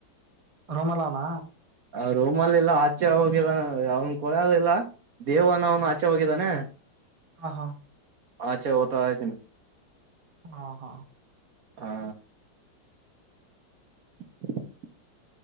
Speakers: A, on the right; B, on the right.
A: ರೋಮಾಲ ಅವನಾ
B: ಆ ರೂಮಲ್ಲಿ ಇಲ್ಲ ಆಚೆ ಹೋಗಿಲ್ಲ ಅವನ್ ಕೊಳಾಲಿಲ್ಲ ದೇವಾನನು ಆಚೆ ಹೋಗಿದಾನೆ
A: ಹಾ ಹಾ
B: ಅಛೆ ಹೊತ್ತ ಆಯತನೆ
A: ಹಾ ಹಾ
B: ಹಾ <inaudible>